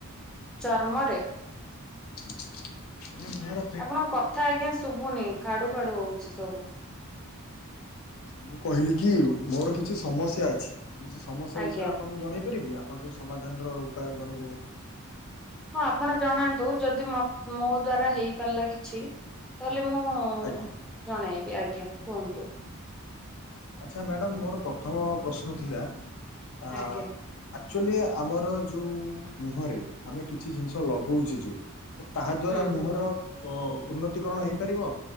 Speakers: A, in the centre; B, on the left.
A: ଚର୍ମରେ
B: <unintelligible> ମୁହର।
A: ଆପଣଙ୍କ କଥା ଆଜ୍ଞା ଶୁଭୁନି ଖାଡୁ ଖାଡୁ ହଉଛି ସବୁ।
B: ଆଚ୍ଛା ମୁଁ କହିଲି କି ମୋର କିଛି ସମସ୍ୟା ଅଛି ମୁଁ ସେ ସମସ୍ୟା
A: ଆଜ୍ଞା
B: ବିଷୟରେ ଆପଣଙ୍କୁ ଜଣେଇ ପାରିବି ଆପଣ ଟିକେ? ସମାଧାନର ଉପାୟ ଜଣେଇଲେ ମୋତେ।
A: ହଁ ଆପଣ ଜଣାନ୍ତୁ ଯଦିମତ ମୋ ଦ୍ଵାରା ହେଇପାରିଲା କିଛି ତାହେଲେ ମୁଁ। ହ
B: ଆଜ୍ଞା
A: ଜଣେଇବି ଆଜ୍ଞା କୁହନ୍ତୁ।
B: ଆଚ୍ଛା ମ୍ୟାଡ଼ମ୍ ମୋର ପ୍ରଥମ ପ୍ରଶ୍ନ ଥିଲା ଆ
A: ଆଜ୍ଞା
B: ଆକ୍ଚୁଆଲି ଆମର ଯେଉଁ ମୁହଁରେ ଆମେ କିଛି ଜିନିଷ ଲଗଉଛି ଯେଉଁ‌। ତ ତାହା ଦ୍ଵାରା
A: ହୁଁ
B: ମୁହଁର।
A: ହୁଁ।
B: ଓ ଉନ୍ନତିକରଣ ହେଇପାରିବ